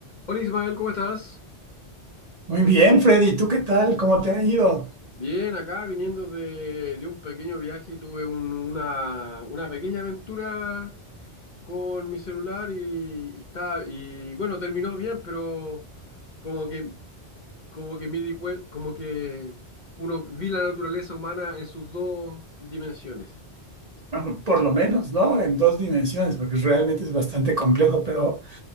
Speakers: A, on the left (about 45°); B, on the right (about 40°).
A: Hola Ismael, ¿cómo estás?
B: Muy bien, Freddy, ¿tú qué tal? ¿Cómo te ha ido?
A: Bien, acá viniendo de, de un pequeño viaje y tuve un- una, una pequeña aventura con mi celular y, y está y bueno, terminó bien, pero como que como que me di cuen- como que uno vi la naturaleza humana en sus dos dimensiones.
B: Bueno, Por lo menos, ¿no? En dos dimensiones, porque realmente es bastante complejo, pero